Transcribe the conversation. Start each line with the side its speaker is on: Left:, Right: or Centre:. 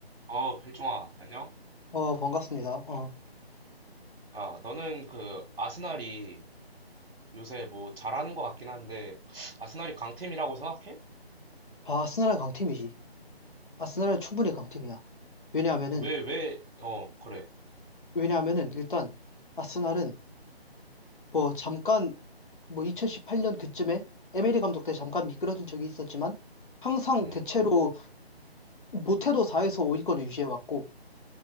Right: 어, 필중아, 안녕?
Left: 어, 반갑습니다. 어.
Right: 아, 너는 그, 아스날이 요새 뭐 잘하는 것 같긴 한데, 아스날이 강팀이라고 생각해?
Left: 아, 아스날은 강팀이지. 아스날은 충분히 강팀이야. 왜냐하면은,
Right: 왜, 왜, 어, 그래.
Left: 왜냐하면은, 일단, 아스날은, 뭐, 잠깐, 뭐, 2018년 그쯤에, 에메리 감독 때 잠깐 미끄러진 적이 있었지만, 항상
Right: 음,
Left: 대체로, 못해도 4에서 5위권을 유지해왔고,